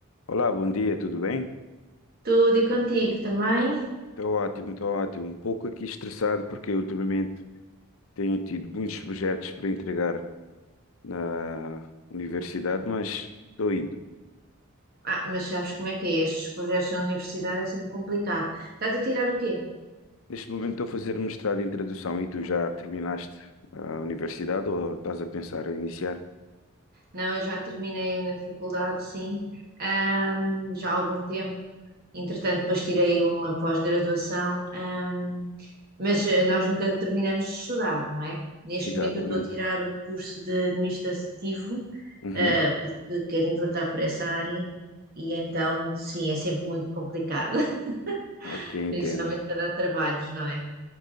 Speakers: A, on the left (about 70°); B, on the right (about 45°).
A: Olá, bom dia, tudo bem?
B: Tudo e contigo também?
A: Estou ótimo, estou ótimo. Um pouco aqui estressado porque ultimamente tenho tido muitos projetos para entregar na universidade, mas estou indo.
B: Ah, mas sabes como é que é? Estes projetos na universidade é sempre complicado. Estás a tirar o quê?
A: Neste momento estou a fazer mestrado em tradução e tu já terminaste a universidade ou estás a pensar em iniciar?
B: Não, eu já terminei a faculdade, sim, ahm, já há algum tempo. Entretanto, depois tirei uma pós-graduação, ahm, mas eh, nós nunca terminamos de estudar, não é? Neste
A: Exatamente.
B: momento eu estou a tirar um curso de administrativo,
A: Uhum.
B: ah, porque quero enverdar por essa área, e então, sim, é sempre muito complicado, <laughs>
A: Ok, entendo.
B: principalmente para dar trabalhos, não é?